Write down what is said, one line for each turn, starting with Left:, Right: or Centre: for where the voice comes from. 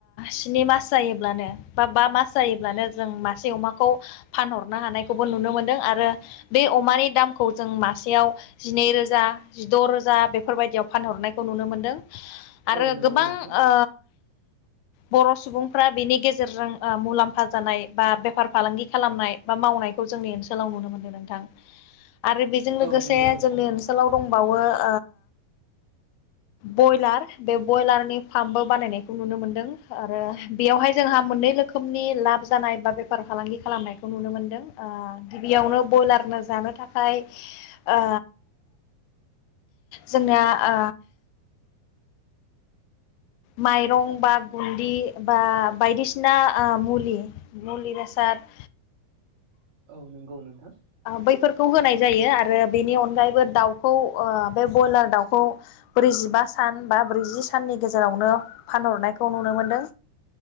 Left: स्नि मास जायोब्लानो बा बा मास जायोब्लानो जों मासे अमाखौ फानहरनो हानायखौबो नुनो मोनदों आरो बे अमानि दामखौ जों मासेयाव जिनै रोजा जिद रोजा बेफोरबायदियाव फानहरनायखौ नुनो मोन्दों आरो
Right: औ नंगौ
Left: गोबां
Right: नोंथां
Left: ओ बर' सुबुंफ्रा बेनि गेजेरजों मुलाम्फा जानाय बा बेफार फालांगि खालामनाय बा मावनायखौ जोंनि ओनसोलाव नुनो मोनदों नोंथां आरो बेजों लोगोसे
Right: औ नंगौ नोंथां
Left: जोंनि ओनसोलाव दंबावो ओ बयलार बे बयलारनि फाम्पबो बानायनायखौ नुनो मोनदों आरो बेयावहाय जोंहा मोननै रोखोमनि लाब जानाय बा बेफार फालांगि खालामनायखौ नुनो मोनदों ओ गिबियावनो ब्रयलारनो जानो थाखाय ओ जोंना ओ माइरं बा गुन्दि बा बायदिसिना ओ मुलि मुलि बेसाद
Right: औ नंगौ नोंथां
Left: बैफोरखौ होनाय जायो आरो बेनि अनगायैबो दाउखौ बे ब्रयलार दाउखौ ब्रैजिबा सान बा ब्रैजि साननि गेजेरावनो फानहरनायखौ नुनो मोनदों